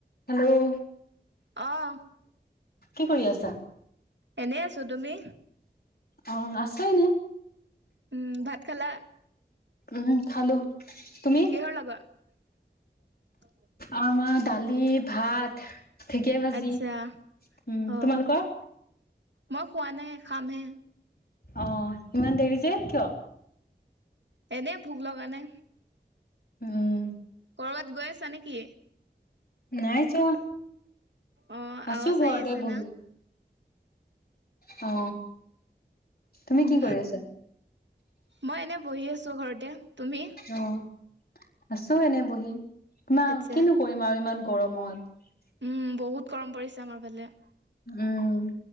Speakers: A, on the left; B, on the right.
A: Hello
B: আহ
A: কি কৰি আছা
B: এনেই আছো তুমি
A: অ আছো ইনেই
B: উম ভাত খালা
A: উম খালো তুমি
B: কিহৰ লগত? <inaudible>
A: আমাৰ দালি ভাত ঢেকীয়া ভাজি
B: আচ্ছা
A: উম
B: অ',
A: তোমালোকৰ
B: মই খোৱা নাই খামহে
A: অ ইমান দেৰি যে কিয়
B: এনে ভোক লগা নে
A: উম
B: কৰবাত গৈ আছা নেকি
A: নাই যোৱা
B: অ',
A: আছো
B: আৱাজ
A: ঘৰতে
B: আহি আছে
A: বহি
B: না।
A: অ তুমি
B: উম
A: কি কৰি আছা?
B: মই এনে বহি আছো ঘৰতে তুমি?
A: অ' আছো এনেই বহি ই
B: আচ্ছা।
A: কিনো কৰিম আৰু ইমান গৰমত।
B: উম বহুত গৰম পৰিছে আমাৰ ফালে।
A: উম